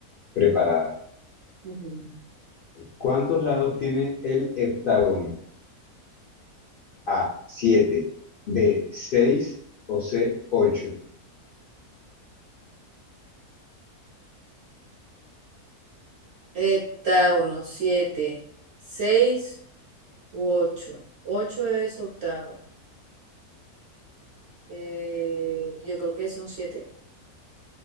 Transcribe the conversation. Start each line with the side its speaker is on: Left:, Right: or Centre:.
Left: preparada.
Right: Ujú.
Left: ¿Cuántos lados tiene el heptágono? A, 7, B, 6 o C, 8.
Right: Heptágono, siete, seis u ocho. Ocho es octavo. Eh, yo creo que son siete.